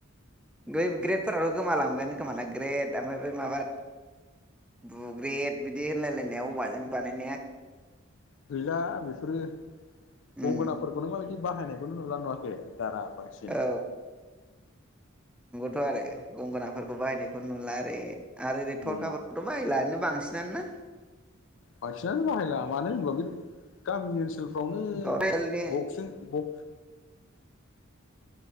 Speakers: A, in the centre; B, on the left (about 65°).
A: बे ग्रेटफोराथ' गोमालांबायानो खोमाना ग्रेट ओमफ्राय बे माबा बुग्रेद बिदि होनलायलायनाया औवाजों बानायनाया
B: गैला बेफोरो गंगोननाफोरखौनो
A: उम
B: माबायदि बाहायनायखौनो नुला नुवाखै दाना बांसिन
A: औ थ' आरो गंगोनाफोरखौ बाहायनायखौ नुला आरो ओरै थरखाफोरथ'
B: उम
A: बाहायलानो बांसिन जना
B: बांसिनानो बाहायला मानो होनब्लाा बे गामि ओनसोल आवनो
A: थरेलनि
B: बक्सजों बक्स